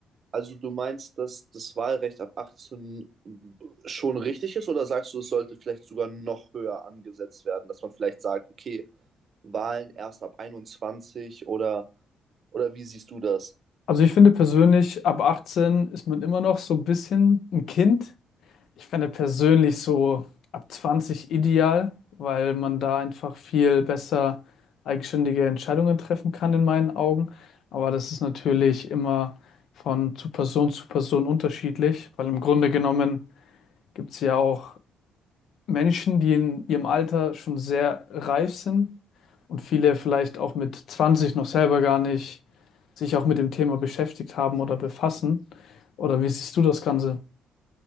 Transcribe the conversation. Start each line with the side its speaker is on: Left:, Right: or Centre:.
Right: Also du meinst, dass das Wahlrecht ab 18 schon richtig ist oder sagst du, es sollte vielleicht sogar noch höher angesetzt werden, dass man vielleicht sagt, okay, Wahlen erst ab 21 oder, oder wie siehst du das?
Left: Also ich finde persönlich, ab 18 ist man immer noch so ein bisschen ein Kind. Ich fände persönlich so ab 20 ideal, weil man da einfach viel besser eigenständige Entscheidungen treffen kann in meinen Augen. Aber das ist natürlich immer von zu Person zu Person unterschiedlich, weil im Grunde genommen gibt es ja auch Menschen, die in ihrem Alter schon sehr reif sind und viele vielleicht auch mit 20 noch selber gar nicht sich auch mit dem Thema beschäftigt haben oder befassen. Oder wie siehst du das Ganze?